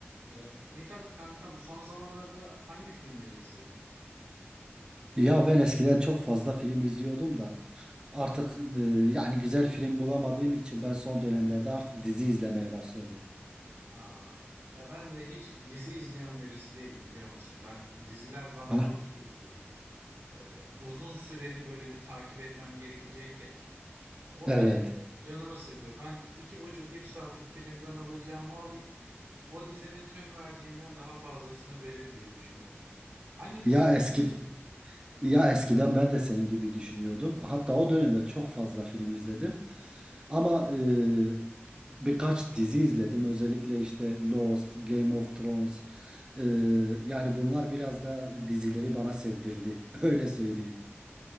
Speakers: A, on the right (about 65°); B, on the right (about 20°).
A: Ee, Mithat kankam son zamanlarda hangi filmleri izledin?
B: Ya ben eskiden çok fazla film izliyordum da artık e, yani güzel film bulamadığım için ben son dönemlerde artık dizi izlemeye başladım.
A: Aa, ya ben de hiç dizi izleyen birisi değilim biliyor musun? Ben diziler bana
B: Ha?
A: çok şey geliyor. Ee, uzun süreli böyle bir takip etmem gerekecek ya. O
B: Evet.
A: beni canımı sıkıyor. Ben iki buçuk üç saatlik filmden alacağımı alayım. O dizinin tüm vereceğinden daha fazlasını verir diye düşünüyorum. Hangi dizileri?
B: Ya eski
A: <laughs>
B: ya eskiden ben de senin gibi düşünüyordum. Hatta o dönemde çok fazla film izledim. Ama e, birkaç dizi izledim. Özellikle işte Lost, Game of Thrones. E, yani bunlar biraz da dizileri bana sevdirdi. <laughs> Öyle söyleyeyim.